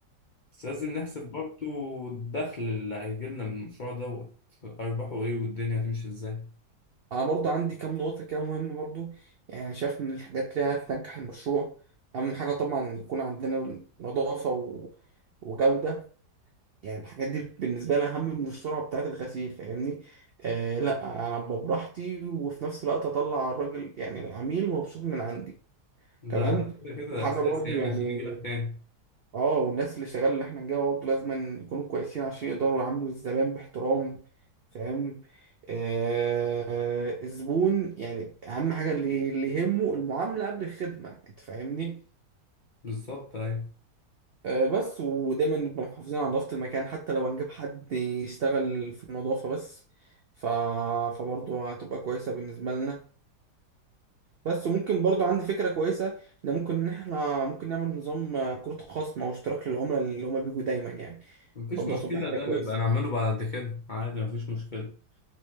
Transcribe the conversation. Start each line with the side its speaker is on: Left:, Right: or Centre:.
Left: بس لازم نحسب برضو الدخل اللي هيجيلنا من المشروع دوت أرباحه إيه والدنيا هتمشي إزاي
Right: انا برضو عندي كام نقطة كده مهمة برضو يعني شايف من الحاجات اللي هتنجح المشروع اهم حاجة طبعا يكون عندنا نظافة و... وجودة يعني الحاجات دي بالنسبة لي اهم من السرعة بتاعة الغسيل فاهمني آه لا انا ابقى براحتي وفي نفس الوقت اطلع الراجل يعني العميل مبسوط من عندي
Left: ده
Right: تمام
Left: كده كده
Right: وحاجة
Left: أساسي
Right: برضو
Left: يعني
Right: يعني
Left: عشان يجيلك تاني
Right: اه والناس اللي شغاله اللي احنا نجيبها برضه لازم يكونوا كويسين عشان يقدروا يعاملوا الزبائن باحترام فاهم آه الزبون يعني اهم حاجه اللي, اللي يهمه المعامله قبل الخدمه انت فاهمني
Left: بالظبط أيوة
Right: آه بس ودايما نبقى محافظين على نظافه المكان حتى لو هنجيب حد يشتغل في النظافه بس ف... فبرضه هتبقى كويسه بالنسبه لنا بس ممكن برضو عندي فكرة كويسة ان ممكن ان احنا ممكن نعمل نظام آه، كروت خصم او اشتراك للعملاء اللي هما بيجوا دايما يعني
Left: مفيش
Right: برضه
Left: مشكلة
Right: هتبقى
Left: ده
Right: حاجة كويسة
Left: نبقى نعمله بعد كده عادي مفيش مشكلة